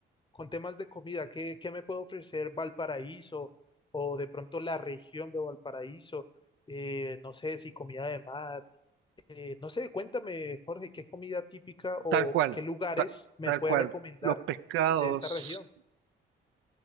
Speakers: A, on the left; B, on the right.
A: con temas de comida, ¿qué, qué me puede ofrecer Valparaíso o de pronto la región de Valparaíso? Eh, no sé si comida de mar, eh, no sé, cuéntame, Jorge, ¿qué comida típica o
B: tal cual,
A: qué lugares
B: ta-
A: me
B: tal
A: puede
B: cual.
A: recomendar
B: Los pescados.
A: de esta región?